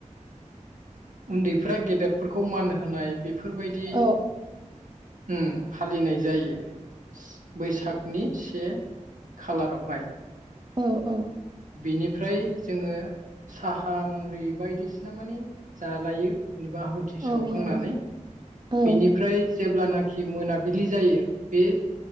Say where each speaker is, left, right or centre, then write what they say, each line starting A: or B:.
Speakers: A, on the right; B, on the right.
A: उन्दैफ्रा गेदेरफोरखौ मान होनाय बेफोर बायदि
B: औ
A: उम फालिनाय जायो बैसागनि से खालारावहाय
B: औ औ।
A: बिनिफ्राय जोङो साहा मुरि बायदिसिना माने जालायो। जेनेबा आहुथि
B: औ
A: सावखांनानै
B: नंगौ औ नंगौ औ
A: बिनिफ्राय जेब्लाना खि मोनाबिलि जायो बे